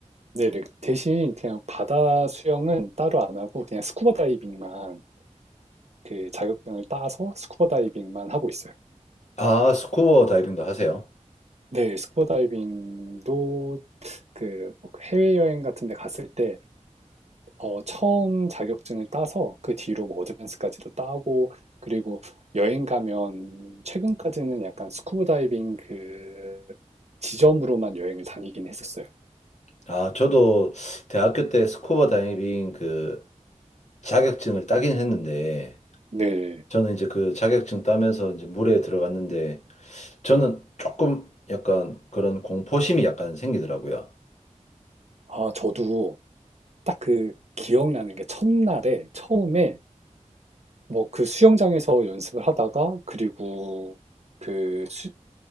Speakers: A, on the right; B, on the left.
A: 네, 네. 대신 그냥 바다 수영은 따로 안 하고 그냥 스쿠버 다이빙만 그 자격증을 따서 스쿠버 다이빙만 하고 있어요.
B: 아, 스쿠버 다이빙도 하세요?
A: 네, 스쿠버 다이빙도 그뭐 해외여행 같은 데 갔을 때 어, 처음 자격증을 따서 그 뒤로 뭐 어드밴스까지도 따고 그리고 여행 가면 최근까지는 약간 스쿠버 다이빙 그 지점으로만 여행을 다니긴 했었어요.
B: 아, 저도 대학교 때 스쿠버 다이빙 그 자격증을 따긴 했는데,
A: 네.
B: 저는 이제 그 자격증 따면서 이제 물에 들어갔는데, 저는 조금 약간 그런 공포심이 약간 생기더라고요.
A: 아, 저도 딱 그 기억나는 게 첫날에 처음에 뭐 그 수영장에서 연습을 하다가 그리고 그, 수,